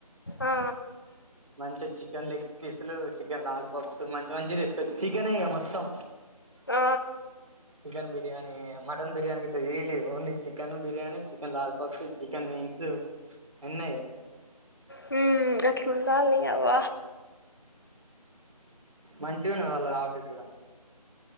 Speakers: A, on the left (about 35°); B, on the right (about 55°).
A: ఆ
B: మంచి చికెన్ లెగ్ పీసులు చికెన్ లాలీపాప్స్ మంచి మంచి తీసుకోచ్చి చికెనే మొత్తం
A: ఆ
B: చికెన్ బిర్యానీ మటన్ బిర్యానీ గిట్ల ఏంలేదు only chicken biryani chicken lollipops chicken wings అన్ని అయ్యే
A: హు గట్లు ఉండాలి అవ్వ
B: మంచిగున్నది వాళ్ళ ఆఫీస్ కూడా